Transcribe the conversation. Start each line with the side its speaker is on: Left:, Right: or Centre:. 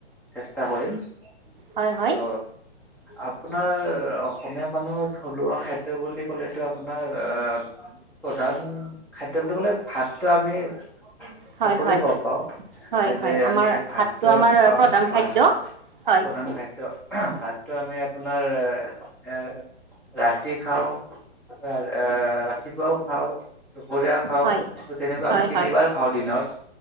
Centre: চেষ্টা কৰিম ত'
Right: হয় হয়
Centre: আপোনাৰ অসমীয়া মানুহৰ থলুৱা খাদ্য বুলি ক'লেতো আপোনাৰ আহ প্ৰধান খাদ্য বুলি কলে ভাতটো আমি
Right: হয়
Centre: সকলোৱে
Right: হয়
Centre: গম পাওঁ।
Right: হয়
Centre: যে
Right: হয় আমাৰ
Centre: আমি ভাতটো
Right: আমাৰ
Centre: অ', হয়,
Right: প্ৰধান
Centre: হয়
Right: খাদ্য হয়
Centre: প্ৰধান ভাত ত ভাতটো আমি আপোনাৰ এ ৰাতি খাওঁ। এ ৰাতিপুৱাও খাওঁ। দুপৰীয়া খাওঁ,
Right: হয়
Centre: তেনেকুৱা
Right: হয়
Centre: আমি তিনিবাৰ
Right: হয়
Centre: খাওঁ দিনত